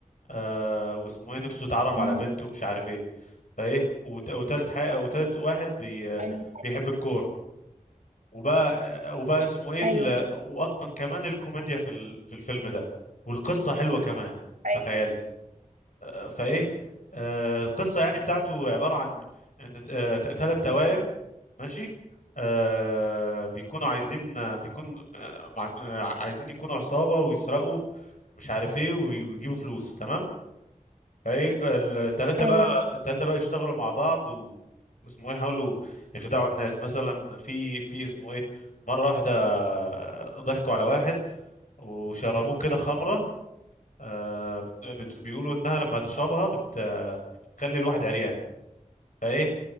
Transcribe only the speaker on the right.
امم
ايوه
ايوه
ايوه
ايوه